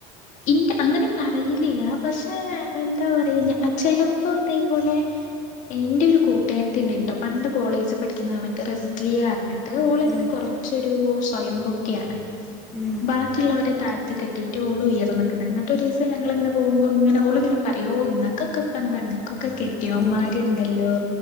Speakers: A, on the left; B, in the centre.
A: ഇന്റെ അങ്ങനെ പറയിലില്ല പക്ഷെ എന്താ പറയുന്നേ ആ ചെലപ്പോ ഇതേപോലെ ക്കെ ഇന്റെ ഒരു കൂട്ടുക്കാര്ത്തിണ്ട് ട്ടോ പണ്ട് കോളേജ് പഠിക്കുന്ന സമയത്ത് റസി ലിയ പർഞ്ഞിട്ട് ഓളിങ്ങനെ
B: ആഹ്
A: കൊർച്ചൊരു സ്വയംപൊക്കിയാണ്
B: ഉം
A: ബാക്കിള്ളോരെ താഴ്ത്തി കെട്ടി ഓള് ഉയർന്നുനിക്കുന്നെ എന്നിട്ടൊരീസം ഞങ്ങളിങ്ങനെ പോകുമ്പൊ ഇങ്ങനെ ഓള് പിന്നെ പറയോ നിങ്ങക്കൊക്കെ. കണ്ടാ ഇങ്ങക്കൊക്കെ കെട്ടിയോന്മാര്.
B: ഉം
A: ഇണ്ടല്ലോ